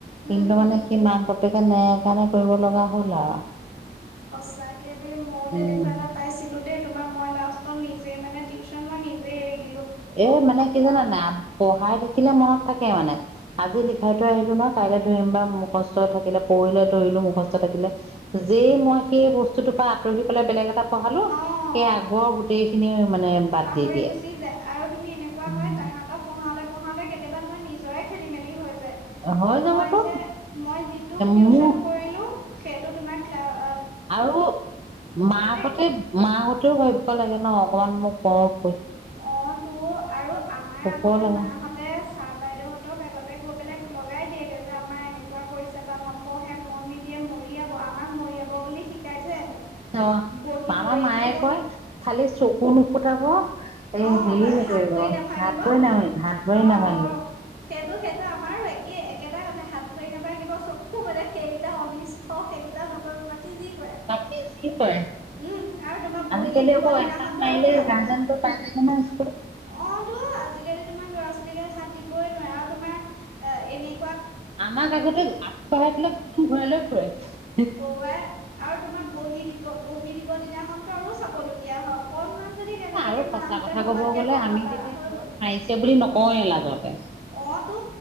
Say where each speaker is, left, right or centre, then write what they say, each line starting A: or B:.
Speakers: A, on the right; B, on the right.
A: উম
B: কিন্তু
A: উম
B: মানে কিমান পা বাপেকে নাই হেই কাৰণে কৰিব লগা হ'ল আৰু।
A: সঁচাকে দেই মইো তেনেকুৱা
B: উম
A: এটা পাইছিলো দেই, তোমাৰ মই লাষ্ট, ত', নিজে মানে টিউচন মই নিজে ৰেইড
B: এ', মানে কি জানা নাই, পঢ়াই থাকিলে মনত তাকেই মানে আজি লিখাই থৈ আহিলো নহ', কাইলৈ ধৰিম বা মুখস্থ থাকিলে পৰিলে, ধৰিলো, মুখস্থ থাকিলে, যেই মই সেই বস্তুটোৰ পৰা আঁতৰি পেলাই বেলেগ এটা পঢ়ালো
A: অ
B: সেই আগৰ গোটেই খিনি। মানে বাদ
A: পাহৰি
B: দি দিয়ে।
A: গুচি যায় আৰু তুমি এনেকুৱা
B: উম
A: হয়, তাহাঁতক প পঢ়াওঁতে পঢ়াওঁতে কেতিয়াবা তোমাৰ নিজৰে খেল-মেলি হৈ যায়। যে',
B: হৈ
A: মই
B: যাবতো
A: যে', মই যিটোক টিউচন
B: মোৰ
A: কৰিলো সেইটো তোমাৰ ক্লাব।
B: আৰু মাকঁহতে-মাকঁহতেও
A: দেই
B: ভাবিব লাগে ন', অকমান মোক অ',
A: অ', তো আৰু আমাৰ
B: শুব
A: আগতে
B: লাগে
A: মাহঁতে ছাৰ বাইদেউহঁতক আগতে গৈ পেলাই লগাই দিয়েগৈ যে আমাৰ এনেকুৱা কৰিছে বা নপঢ়ে মন নিদিয়ে মৰিয়াব, আমাক মৰিয়াব বুলি শিকাই থৈ আহে।
B: অ',
A: বহি
B: আমাৰ
A: পৰীক্ষা
B: মায়ে
A: বহি
B: কয় খালি চকু নুফুটাব, এ
A: অ',
B: হেৰি
A: বা
B: নকৰিব
A: হাত ভৰি নাভাঙিব
B: হাত ভৰি নাভাঙিব হাত ভৰি
A: অ',
B: নাভাঙিব
A: -', সেইটো- সেইটো আমাৰ একে-একেটা কথা হাত ভৰি নভাঙিব চকু মানে সেইকেইটা অনিষ্ট সেইকেইটা নকৰিব বাকী কি ', যি ', কৰে
B: বাকী যি কৰে
A: উম', আৰু তোমাৰ
B: আজিকালি
A: বহি দিব
B: আকৌ
A: দিনাখনতো
B: এচাত মাৰিলে
A: আৰু ভাল
B: গাৰ্জেন
A: হয়।
B: গৈ পাই যায়গে নহয় স্কুলত
A: অ তো আজিকালি তোমাৰ লৰা ল ছালী গাল হাত দিবই নোৱাৰে আৰু তোমাৰ এ এনে
B: আমাক আগতে আঁঠু কঢ়াই পেলাই গোটেইখন ঘৰাই লৈ ফুৰে ফুৱে <unintelligible>
A: ৱ আৰু তোমাৰ বহি দিব বহি দিব দিনাখনতো আৰু চাবলগীয়া হয় অকনমান যদি কেনেবাকে
B: আৰু
A: মাহঁতে
B: সচা কথা
A: ভবাতকে
B: কব গ'লে
A: কম
B: আমি
A: পালা
B: তেতিয়া
A: হৈ
B: ঘৰত
A: গ'ল
B: মাৰিছে বুলি নকওঁয়ে হয় লাজতে
A: অ তো